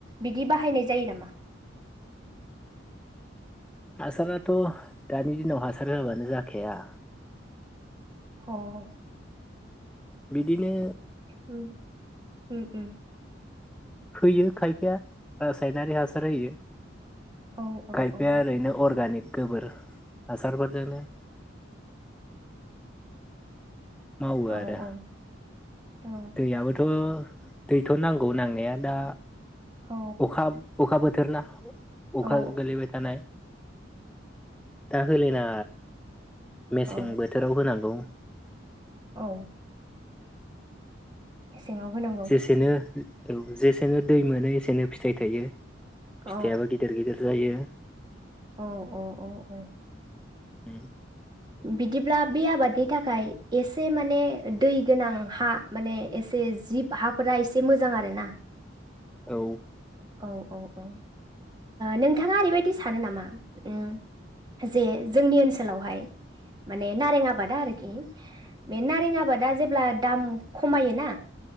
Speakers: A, on the right (about 25°); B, in the centre.
A: बिदि बाहायनाय जायो नामा?
B: हासाराथ' दानि दिनाव हासार होयाबानो जाखाया
A: औ
B: बिदिनो
A: उम उम उम
B: खोयो खायफाया रासायनारि हासार होयो।
A: औ औ
B: खायफाया
A: औ
B: ओरैनो अरगानिक गोबोर हासारफोरजोंनो <inaudible> मावो
A: औ
B: आरो
A: औ औ
B: दै आबोथ दैथ' नांगौ नांनाया दा
A: औ
B: अखा अखा बो थोरना अखा
A: औ
B: गोलैबाय थानाय दा होलिना मेसें
A: औ
B: बोथोराव होनांगौ
A: औ मेसेङाव होनांगौ
B: जेसेनो औ जेसेनो दै मोनो एसेनो फिथाइ थायो
A: औ
B: फिथाइयाबो गिदिर गिदिर जायो।
A: औ औ औ औ
B: उम
A: बिदिब्ला बे आबादनि थाखाय एसे माने दै गोनां हा माने एसे जिब हाफोरा एसे मोजां आरो ना।
B: औ
A: औ औ औ ओ नोंथाङा ओरैबायदि सानो नामा उम जे जोंनि ओनसोलावहाय माने नारें आबादा आरोखि बे नारें आबादा जेब्ला दाम खमायोना